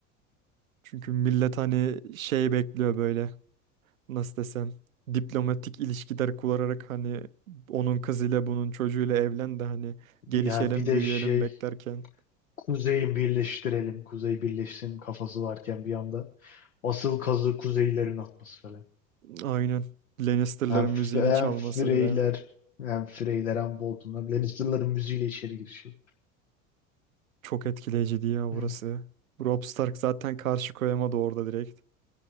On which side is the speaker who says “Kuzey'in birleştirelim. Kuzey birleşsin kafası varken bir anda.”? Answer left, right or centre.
Left